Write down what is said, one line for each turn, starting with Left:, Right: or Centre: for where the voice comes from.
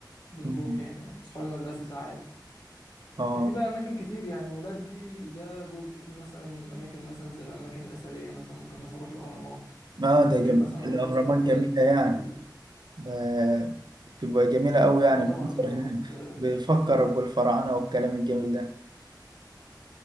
Left: وبنروح
Right: مم.
Left: يعني اصحاب المدرسه ساعات
Right: اه
Left: في بقى اماكن كتير يعني المولات دي ده جزء في مثلا اماكن مثلا زي الاماكن الاثريه مثلا ممكن مثلا اروح الاهرامات
Right: اه ده
Left: ممكن
Right: جميل
Left: مثلا اروح
Right: الاهرامات
Left: وسط البلد
Right: جميلة يعني
Left: ال-
Right: آه، تبقى جميلة قوي يعني
Left: اه
Right: المنظر
Left: طبعا الاهرامات
Right: هناك
Left: آه،
Right: بيفكرك بالفراعنة والكلام الجميل ده